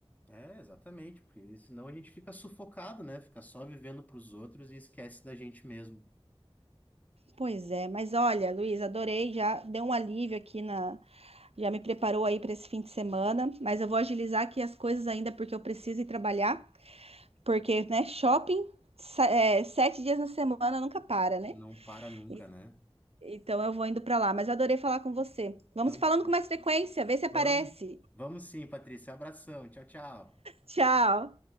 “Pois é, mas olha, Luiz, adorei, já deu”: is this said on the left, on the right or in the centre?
Right